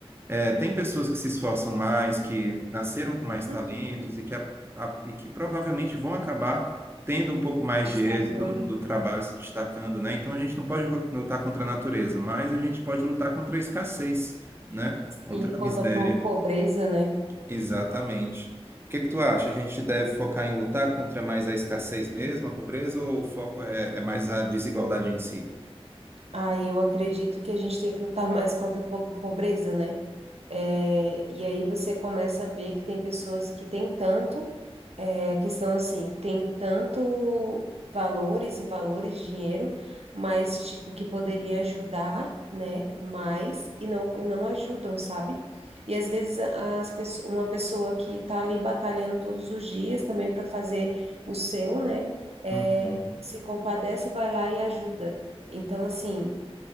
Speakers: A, on the right; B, on the right.
A: é, tem pessoas que se esforçam mais, que nasceram com mais talentos
B: uhum.
A: e que, a- a- e que provavelmente vão acabar tendo um pouco mais
B: Destacando.
A: de êxito no mundo do trabalho, se destacando, né? Então a gente não pode lutar contra a natureza, mas a gente pode lutar contra a escassez, né?
B: Sim,
A: Contra
B: quanto
A: a miséria.
B: à po- pobreza, né?
A: Exatamente. O que que tu acha? A gente deve focar em lutar contra mais a escassez mesmo, a pobreza, ou o foco é, é mais a desigualdade em si?
B: Ah, eu acredito que a gente tem que lutar mais contra a po- pobreza, né? É, e aí você começa a ver que tem pessoas que têm tanto, é, a questão assim, tem tanto valores e valores, dinheiro, mas tipo, que poderia ajudar, né? Mais e não, e não ajudam, sabe? E às vezes as pesso- uma pessoa que tá ali batalhando todos os dias também para fazer o seu, né? É,
A: Uhum.
B: se compadece, vai lá e ajuda. Então, assim,